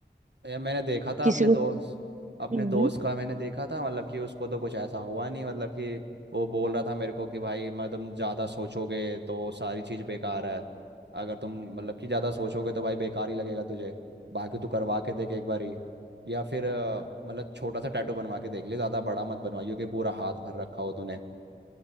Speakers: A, on the right; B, on the right.
A: या मैंने देखा था
B: किसी
A: अपने
B: को
A: दोस्त अपने
B: हम्म
A: दोस्त का मैंने देखा था मतलब कि उसको तो कुछ ऐसा हुआ नहीं मतलब कि वो बोल रहा था मेरे को कि भाई मतलब ज़्यादा सोचोगे तो सारी चीज़ बेकार है अगर तुम मतलब कि ज़्यादा सोचोगे तो भाई बेकार ही लगेगा तुझे बाकी तू करवा के देख एक बार ही या फिर अ, मतलब छोटा सा टैटू बनवा के देख ले ज़्यादा बड़ा मत बनवाइयो कि पूरा हाथ भर रखा हो तूने